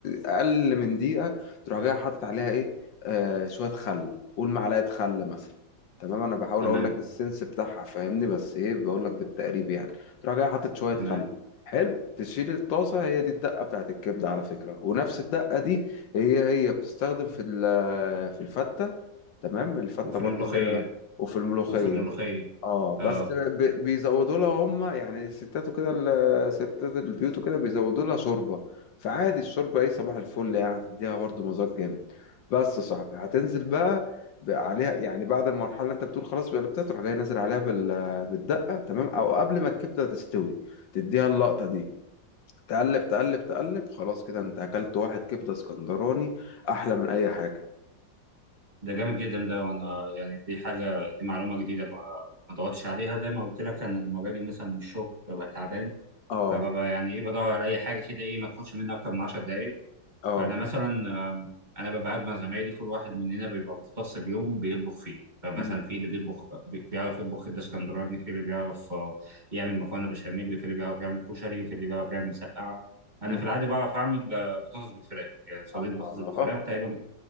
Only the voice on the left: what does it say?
اقل من دقيقه تروح جايه حاطط عليها ايه آه شويه خل قول معلقه خل مثلا تمام انا بحاول
اقول لك السنس بتاعها فاهمني بس ايه بقول لك بالتقريب يعني تروح جايه حاطط شويه
خل حلو تشيل الطاسه هي دي الدقه بتاعت الكبده على فكره ونفس الدقه دي هي هي بتستخدم في ال- في الفتة تمام الفتة
برضو
اللي هي وفي الملوخية
اه بس
ب- بيزودوا لها هم يعني الستات وكده ال- ستات البيوت وكده بيزودوا لها شوربة فعادي الشوربة ايه صباح الفل يعني هتديها برضو مذاق جامد بس يا صاحبي هتنزل بقى بقى عليها يعني بعد المرحلة اللي انت بتقول خلاص قلبتها تروح جاي نازل عليها بال- بالدقة تمام او قبل ما الكبدة تستوي تديها اللقطة دي تقلب تقلب تقلب خلاص كده انت اكلت واحد كبده اسكندراني احلى من اي حاجه
اه
اه
مم.
مم.
الله